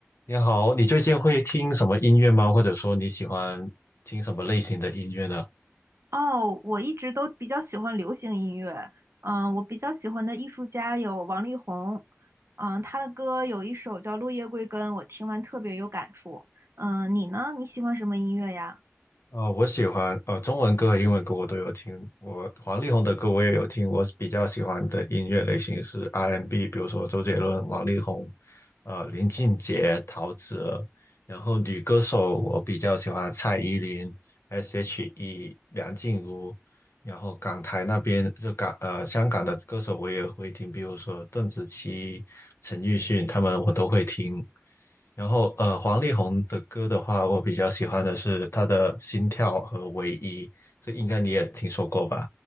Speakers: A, on the left (about 65°); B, on the right (about 65°).
A: 你好，你最近会听什么音乐吗？或者说你喜欢听什么类型的音乐呢？
B: 哦，我一直都比较喜欢流行音乐。嗯，我比较喜欢的艺术家有王力宏，嗯，他的歌有一首叫《落叶归根》，我听完特别有感触。嗯，你呢？你喜欢什么音乐呀？
A: 呃，我喜欢呃中文歌和英文歌我都有听，我黄力宏的歌我也有听。我比较喜欢的音乐类型是 R&B，n 比如说周杰伦、王力宏、呃林俊杰、陶喆。然后女歌手我比较喜欢蔡依林、S.H.E、梁静茹。然后港台那边就港呃香港的歌手我也会听，比如说邓紫棋、陈奕迅他们我都会听。然后呃，黄丽宏的歌的话，我比较喜欢的是他的《心跳》和《唯一》，这应该你也听说过吧？